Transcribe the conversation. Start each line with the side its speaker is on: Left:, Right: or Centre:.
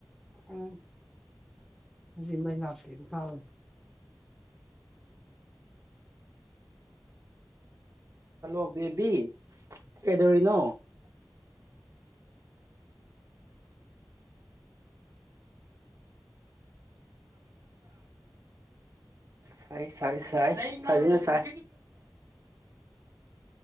Centre: ꯎꯝ ꯑꯩꯗꯤ ꯃꯩ ꯂꯥꯛꯇꯦ ꯇꯥꯔꯨꯔꯦ
Right: ꯍꯜꯂꯣ ꯕꯦꯕꯤ ꯀꯩꯗꯧꯔꯤꯅꯣ ꯁꯥꯏ ꯁꯥꯏ ꯁꯥꯏ ꯐꯖꯅ ꯁꯥꯏ